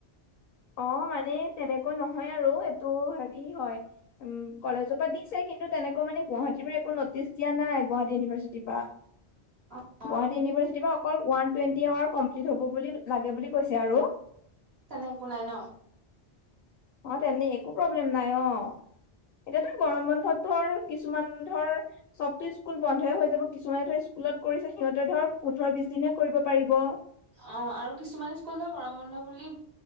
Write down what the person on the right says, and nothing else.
অ অ
তেনেক একো নাই ন।
অ' আৰু কিছুমান স্কুল ধৰ গৰম বন্ধ বুলি